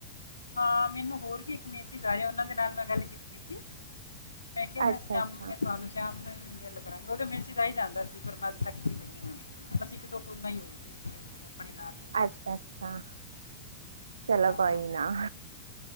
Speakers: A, on the left; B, on the right.
A: ਹਾਂ ਮੈਨੂੰ ਹੋਰ ਵੀ ਇੱਕ ਮੇਸੇਜ ਆਯਾ ਉਨਾਂ ਦੇ ਨਾਲ ਮੈਂ ਗੱਲ ਕੀਤੀ ਸੀ ਤੇ ਮੈਂ ਕਿਯਾ
B: ਅੱਛਾ
A: ਮੇ ਸਯਾਮ
B: ਅੱਛਾ
A: ਮੈਂ ਤੁਆਨੂੰ ਸ਼ਾਮ ਨੂੰ ਈ ਗੱਲ ਕਰਾਂਗੀ ਉਦੇ ਮੇਸਜ ਆਈ ਜਾਂਦਾ ਸੀ ਪਰ ਮੈਂ ਥੱਕੀ ਪਈ ਆ। ਬਸ ਇੱਕ- ਦੋ ਕੋਲਾਂ ਈ ਹੋਏਗੀ ਮੇਰੀ ਆਪਣੇ- ਆਪਣੇ ਨਾਲ ਈ
B: ਅੱਛਾ, ਅੱਛਾ ਚਲੋ
A: ਹਾਂ
B: ਕੋਈ ਨਾ